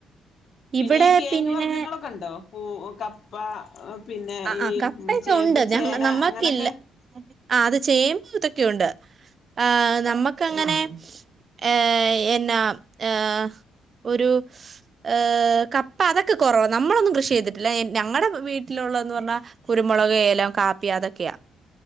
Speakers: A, on the left; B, on the right.
A: പിന്നെ
B: ഇവിടെ
A: ഈ കെഴങ്ങ്
B: പിന്നെ
A: വർഗ്ഗങ്ങള് ഒക്കെണ്ടോ പൂ കപ്പ പിന്നെ
B: ആഹ്
A: ഈ
B: ആഹ് കപ്പയൊക്കെ
A: ചേമ്പ്
B: ഉണ്ട് ഞങ്ങ
A: ചേന
B: നമ്മക്കില്ല
A: അങ്ങനെയൊക്കെ
B: ആഹ് അത് ചേമ്പ് ഇതൊക്കെയുണ്ട് ആഹ് നമ്മക്കങ്ങനെ ഏഹ് എന്നാ ഏഹ് ഒരു ഏഹ് കപ്പ അതൊക്കെ കുറവ നമ്മളൊന്നും കൃഷി ചെയ്തി- ട്ടില്ല ഞങ്ങടെ വീട്ടിലുള്ളതെന്ന് പറഞ്ഞാ കുരുമുളക് ഏലം കാപ്പി അതൊക്കെയാ